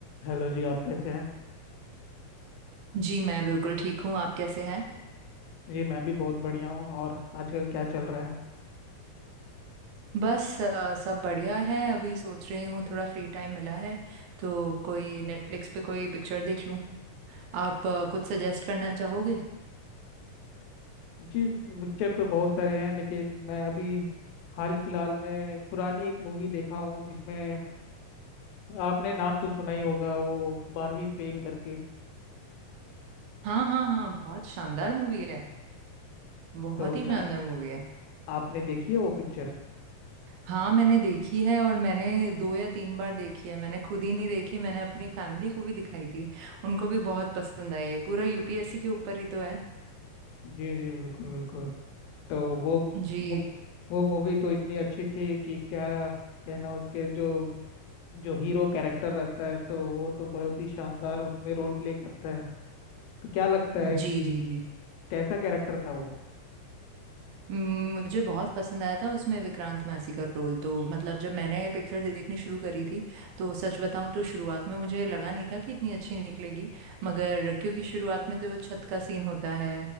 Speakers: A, on the left (about 85°); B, on the right (about 85°).
A: Hello जी आप कैसे हैं
B: जी मैं बिल्कुल ठीक हूँ आप कैसे हैं
A: जी मैं भी बहुत बढ़िया हूँ और आजकल क्या चल रहा है
B: बस अ, सब बढ़िया है अभी सोच रही हूँ थोड़ा फ्री टाइम मिला है तो कोई नेटफ्लिक्स पे कोई पिक्चर देख लूँ आप अ, कुछ सजेस्ट करना चाहोगे
A: जी पिक्चर तो बहुत सारे हैं लेकिन मैं अभी हाल फिलहाल में पुरानी एक मूवी देखा हूँ जिसमें आपने नाम तो सुना ही होगा वो बारहवीं फेल करके
B: हाँ हाँ हाँ बहुत शानदार मूवी है बहुत
A: तो
B: ही
A: जा
B: शानदार मूवी है
A: आपने देखी है वो पिक्चर
B: हाँ मैंने देखी है और मैंने दो या तीन बार देखी है मैंने खुद ही नहीं देखी मैंने अपनी फैमिली को भी दिखाई थी उनको भी बहुत पसंद आई पूरा यूपीएससी के ऊपर ही तो है
A: जी जी बिल्कुल बिल्कुल तो वो
B: जी
A: मु- वो मूवी तो इतनी अच्छी थी कि क्या कहना उसके जो जो हीरो कैरेक्टर रहता है तो वो तो बहुत ही शानदार उसमें रोल प्ले करता है तो क्या लगता है कि
B: जी जी जी
A: कैसा कैरेक्टर था वो
B: हम्म, मुझे बहुत पसंद आया था उसमें विक्रांत मैसी का रोल तो मतलब जब मैंने पिक्चर देखनी शुरू करी थी तो सच बताऊं तो शुरुआत में मुझे लगा नहीं था कि इतनी अच्छी निकलेगी मगर क्योंकि शुरुआत में तो वो छत का सीन होता है